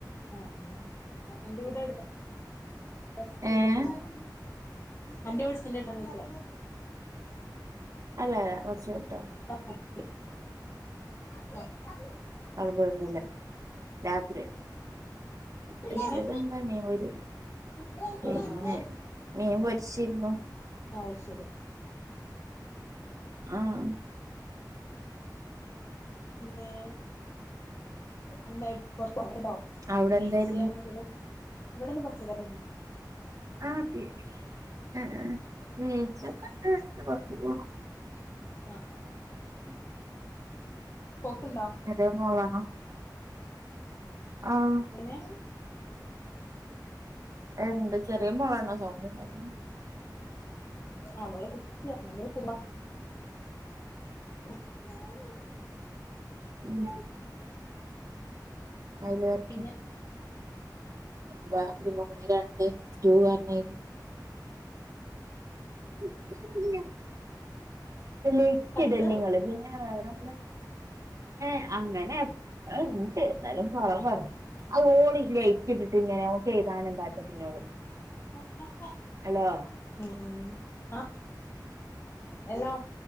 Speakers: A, on the left (about 35°); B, on the right (about 45°).
A: അ ആഹ് എന്റെ വീടടുത്താ <unintelligible>
B: ഏഹ്
A: ണോ അന്റെ വീട് സെന്റ്കെട്ടാനായിക്കാ
B: അല്ലാ കൊറച്ച് വിട്ടാണ്
A: <unintelligible> അഹ്
B: അത് കൊഴപ്പല്ലാ രാത്രി <unintelligible>
A: എങ്ങനെ ആഹ്
B: പിന്നെ
A: ആഹ്
B: മീൻ പൊരിച്ചിരിന്നു
A: ആയ് ശേരി
B: ആഹ്
A: പിന്നെ എന്തേ <unintelligible> <unintelligible>
B: അവിടെ
A: ഇവടെ
B: എന്തായിരുന്നു
A: ഇന്ന് പച്ചക്കറിയെര്ന്നു
B: ആഹ് ബീച്ച് ഏഹ് ബീച്ചേക്കൊണ്ട് കൊറച്ച് പോണം
A: അ ആഹ്
B: ഉം
A: പോക്കുണ്ടോ
B: എതേ മോളാണോ ആഹ്
A: എങ്ങനേ
B: എന്ത് ചെറിയ മോളണേ സൗണ്ട്ണ്ടാക്കണേ
A: അവള് <unintelligible> പോവാ <unintelligible>
B: ഉം അയ്ല വറ്ത്തേ
A: പിന്നെ
B: ബ ഇതുമക്കൂടെ ഈ രണ്ട് സ്റ്റു പറഞ്ഞാരി <inaudible> ലെയ്റ്റിടല്ലിങ്ങള്
A: കച്ചറ
B: പിന്നെ വേറെന്താ യെ അങ്ങനെ എപ്പോഴും ഇണ്ട് എന്നാലും പാവാണ് ഓള് ലൈറ്റിട്ടിട്ടങ്ങനെ ഓക്ക് എയ്താനെന്താട്ടാ പിന്നൊള്
A: <inaudible>
B: അലോ
A: ഉം ഉം അ അലോ